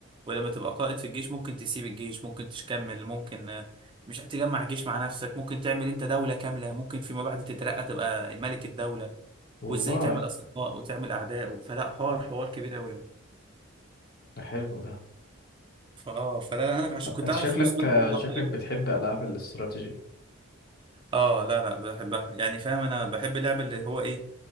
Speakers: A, on the right; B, on the left.
A: ولما تبقى قائد في الجيش ممكن تسيب الجيش ممكن تكمل ممكن آه، مش هتجمع جيش مع نفسك ممكن تعمل انت دولة كاملة ممكن فيما بعد تترقى تبقى الملك الدولة
B: والله
A: وازاي تعمل اصدقاء وتعمل اعداء و- فلا حوار حوار كبير قوي
B: ده حلو ده
A: فاه فلا لا انا عشان كنت
B: انت
A: اعمل
B: شكلك
A: فلوس مثلا
B: شكلك
A: او حاجه
B: بتحب العاب الاستراتيجي
A: اه لا لا بحبها يعني فاهم انا بحب اللعبه اللي هو ايه